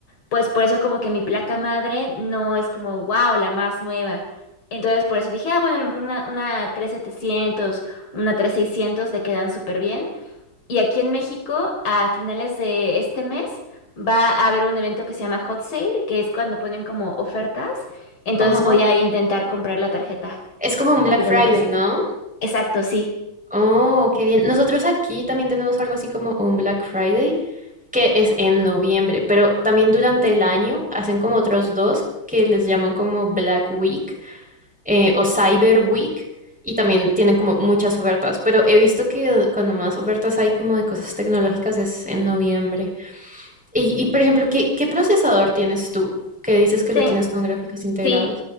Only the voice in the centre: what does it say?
Ajá.
Es como un Black
Friday,
¿no?
Oh, qué bien. Nosotros aquí también tenemos algo así como un Black Friday, que es en noviembre, pero también durante el año hacen como otros dos que les llaman como Black Week. eh, o Cyber Week y también tienen como muchas ofertas, pero he visto que cuando más ofertas hay como de cosas tecnológicas es en noviembre. Y, y, por ejemplo, ¿qué, qué procesador tienes tú? Que dices que lo
tienes con gráficos integrados.